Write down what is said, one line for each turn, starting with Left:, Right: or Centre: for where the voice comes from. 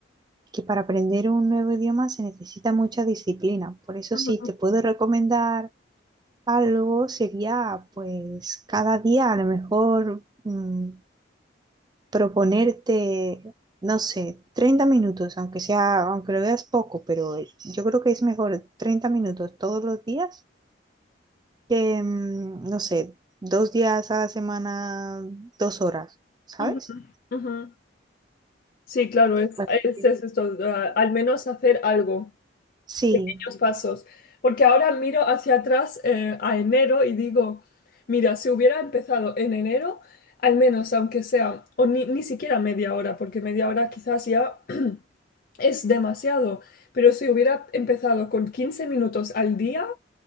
Right: que para aprender un nuevo idioma se necesita mucha disciplina. Por eso
Left: Ujú,
Right: sí, te puedo recomendar algo, sería pues cada día a lo mejor mm, proponerte, no sé, 30 minutos, aunque sea, aunque lo veas poco, pero yo creo que es mejor 30 minutos todos los días que, mm, no sé, dos días a la semana, dos horas, ¿sabes?
Left: ujú, ujú. Sí, claro, es,
Right: Así
Left: es,
Right: que-
Left: es esto, eh, al menos hacer algo.
Right: Sí,
Left: pequeños pasos. Porque ahora miro hacia atrás eh, a enero y digo, mira, si hubiera empezado en enero, al menos aunque sea, o ni, ni siquiera media hora, porque media hora quizás ya <clears throat> es demasiado, pero si hubiera empezado con 15 minutos al día,